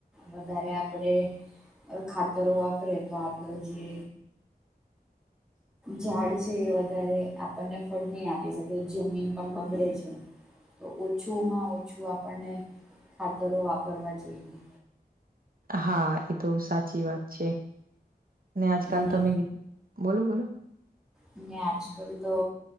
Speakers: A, in the centre; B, on the right.
A: વધારે આપડે ખાતરો વાપરે તો આપરો જે ઝાડ છે એ વધારે આપણને ફળની આપી શકે જમીન પણ બગડે છે. તો ઓછુંમાં ઓછું આપણને ખાતરો વાપરવા જોઈએ.
B: હા, એ તો સાચી વાત છે આજકાલ
A: અને
B: તમે ગી બોલો બોલો.
A: અને આજકાલ તો.